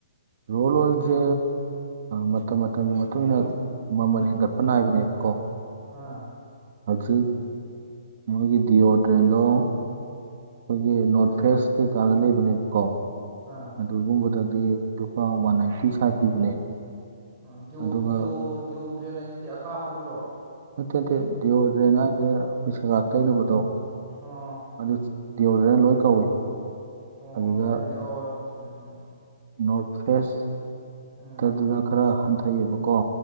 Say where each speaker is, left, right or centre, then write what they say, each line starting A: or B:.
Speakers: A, on the right (about 50°); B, on the right (about 20°).
A: ꯔꯣꯜ ꯋꯥꯣꯜꯁꯦ ꯃꯇꯝ ꯃꯇꯝꯒꯤ ꯃꯇꯨꯡ ꯏ ꯃꯇꯨꯡꯏꯟꯅ ꯃꯃꯜ ꯍꯦꯟꯒꯠꯄ ꯅꯥꯏꯕꯅꯦꯕꯀꯣ
B: ꯑꯥ
A: ꯍꯧꯖꯤꯛ ꯃꯣꯏꯒꯤ ꯗꯤꯑꯣꯣꯗ꯭ꯔꯦꯟꯗꯣ ꯑꯩꯈꯣꯏꯒꯤ ꯅꯣꯔꯠ
B: ꯑꯥ
A: ꯐꯦꯁ ꯀꯩ ꯀꯥꯟꯅ ꯂꯩꯕꯅꯦꯕ ꯀꯣ
B: ꯑꯥ
A: ꯑꯗꯨꯒꯨꯝꯕꯗꯗꯤ ꯂꯨꯄꯥ ꯋꯥꯟ ꯅꯥꯏꯟꯇꯤ ꯁ꯭ꯋꯥꯏ ꯄꯤꯕꯅꯦ
B: ꯌ ꯗꯤꯌꯣ
A: ꯑꯗꯨꯒ
B: ꯗꯗꯤꯌꯎ ꯗ꯭ꯔꯦꯟ ꯍꯥꯏꯁꯤꯗꯤ ꯑꯀꯥꯞꯄꯗꯨꯔꯣ
A: ꯅꯠꯇꯦ ꯅꯠꯇꯦ ꯗꯤꯑꯣꯣꯗ꯭ꯔꯦꯟ ꯍꯥꯏꯁꯦ ꯑꯩꯈꯣꯏ ꯁꯒꯥꯛ ꯇꯩꯅꯕꯗꯣ
B: ꯑꯥ
A: ꯑꯗꯨ ꯗꯤꯑꯣꯣꯗ꯭ꯔꯦꯟ ꯂꯣꯏ ꯀꯧꯏ
B: ꯑꯣ
A: ꯑꯗꯨꯗ
B: ꯑꯩꯗꯤ ꯑꯧ ꯆꯨꯝꯃꯦ ꯆꯨꯝꯃꯦ
A: ꯅꯣꯔꯠ ꯐꯦꯁꯇꯗꯨꯗ
B: ꯎꯝ
A: ꯈꯔ ꯍꯟꯊꯩꯌꯦꯕꯀꯣ